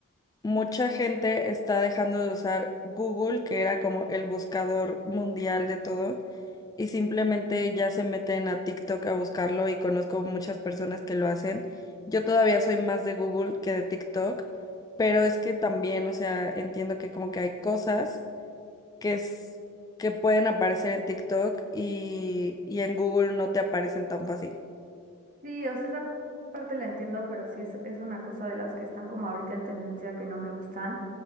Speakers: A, on the left (about 15°); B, on the right (about 40°).
A: mucha gente está dejando de usar Google, que era como el buscador mundial de todo, y simplemente ya se meten a TikTok a buscarlo y conozco muchas personas que lo hacen. Yo todavía soy más de Google que de TikTok, pero es que también, o sea, entiendo que como que hay cosas que es, que pueden aparecer en TikTok y, y en Google no te aparecen tan fácil.
B: Sí, o sea, esa parte la entiendo, pero sí es, es una cosa de las que están como ahorita en tendencia que no me gustan.